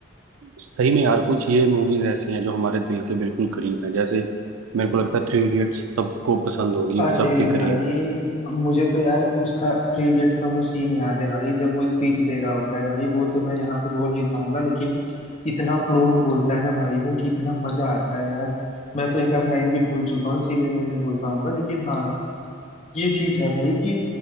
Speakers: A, on the right; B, on the left.
A: सही में यार कुछ ये मूवीज ऐसी हैं जो हमारे दिल के बिल्कुल करीब है जैसे मेरे को लगता है थ्री इडियट्स सबको पसंद होगी
B: अरे
A: और सबके
B: भाई
A: करीब है
B: मुझे तो यार उसका थ्री इडियट्स का वो सीन याद है भाई जब वो स्पीच दे रहा होता है भाई वो तो मैं यहाँ पे बोल नहीं पाऊंगा लेकिन इतना फ्लो में बोलता है ना भाई वो कि इतना मजा आता है यार मैं तो एक आध लाइन भी भूल चुका हूँ इसीलिए मैं नहीं बोल पाऊंगा लेकिन हाँ ये चीज है भाई कि